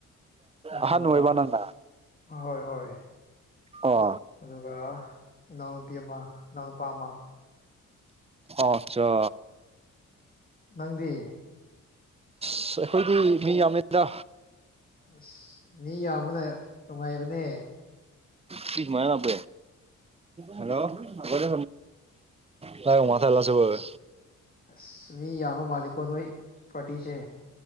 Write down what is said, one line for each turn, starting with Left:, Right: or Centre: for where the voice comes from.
Left: ꯑꯗꯨꯒ
Right: ꯑꯍꯟ ꯑꯣꯏꯕ ꯅꯪꯅ
Left: ꯍꯣꯏ ꯍꯣꯏ
Right: ꯑꯣ
Left: ꯑꯗꯨꯒ ꯏꯅꯥꯎꯅꯨꯄꯤ ꯑꯃ ꯏꯅꯥꯎꯅꯨꯄꯥ ꯑꯃ
Right: ꯑꯆꯥ
Left: ꯅꯪꯗꯤ
Right: ꯑꯁ ꯑꯩꯈꯣꯏꯗꯤ ꯃꯤ ꯌꯥꯝꯃꯤꯗ
Left: ꯑꯁ ꯃꯤ ꯌꯥꯝꯕꯅ ꯅꯨꯡꯉꯥꯏꯕꯅꯦ
Right: ꯁꯨꯃꯅꯄꯦ ꯍꯜꯂꯣ ꯀꯔ ꯐꯦ <inaudible> ꯍ ꯃꯊꯥꯏꯂꯥꯁꯕ <inaudible>
Left: ꯑꯁ ꯃꯤ ꯌꯥꯕ ꯃꯥꯂꯤꯀꯣ ꯅꯣꯏ ꯕꯥꯔꯇꯤꯁꯦ